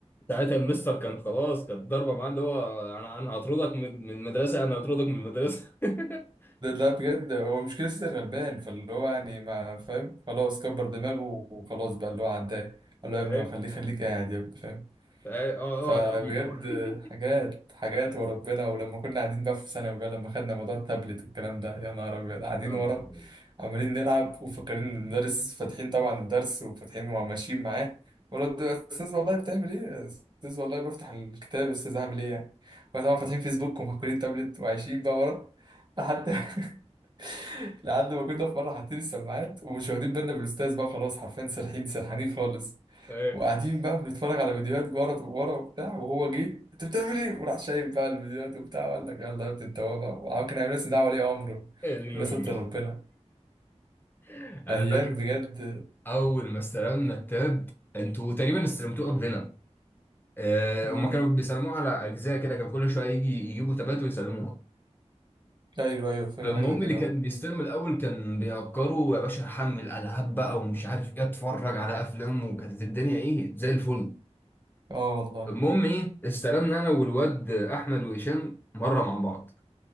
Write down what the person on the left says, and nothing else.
ساعتها المستر كان خلاص كانت ضربة معاه اللي هو أنا أنا هطردك من من المدرسة أنا هطردك من المدرسة <laughs>
أي
أي أه أقعد
يا عبيط أقعد
يا نهار
أبيض.
أي
يا دين
أمي
<laughs> أنا
فاكر
اول ما استلمنا التاب انتوا تقريبا استلمتوه قبلنا آه،
هما كانوا بيسلموه على اجزاء كده كان كل شويه يجي يجيبوا تابات ويسلموها
فالمهم
اللي كان بيستلم الاول كان بيهكروا يا باشا هحمل العاب بقى ومش عارف ايه اتفرج على افلام وكانت الدنيا ايه زي الفل
المهم ايه استلمنا انا والواد احمد وهشام مره مع بعض